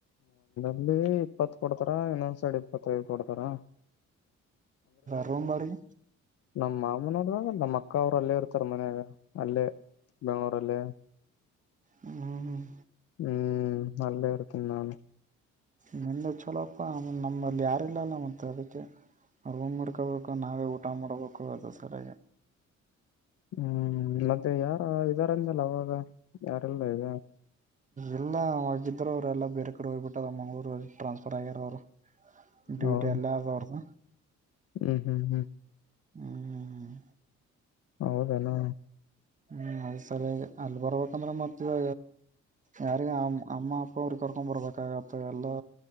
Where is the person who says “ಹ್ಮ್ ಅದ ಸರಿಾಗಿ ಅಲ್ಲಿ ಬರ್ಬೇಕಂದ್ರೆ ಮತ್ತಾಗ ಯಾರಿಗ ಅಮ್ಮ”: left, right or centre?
Right